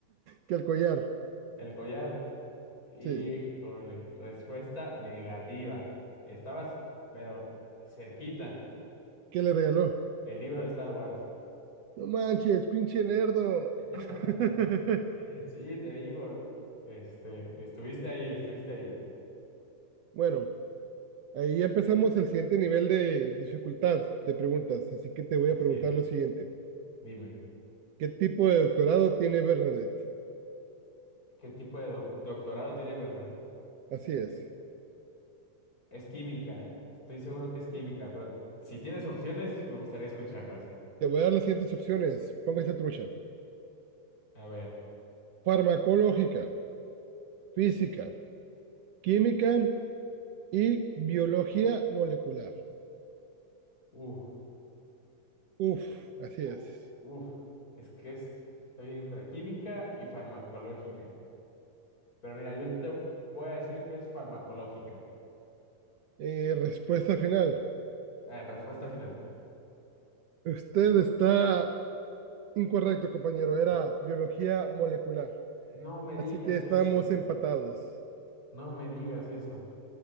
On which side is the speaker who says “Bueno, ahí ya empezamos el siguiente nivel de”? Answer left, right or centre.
Right